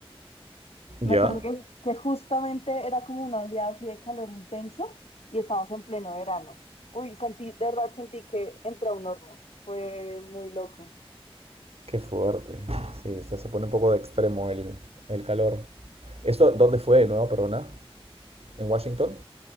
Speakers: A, on the left; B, on the right.
A: Me
B: ¿Ya?
A: acuerdo que, que justamente era como una oleada así de calor intenso y estábamos en pleno verano. Uy, sentí, de verdad sentí que entré a un horno. Fue muy loco.
B: Qué fuerte. Sí, o sea, se pone un poco de extremo el, el calor. ¿Esto dónde fue de nuevo, perdona? ¿En Washington?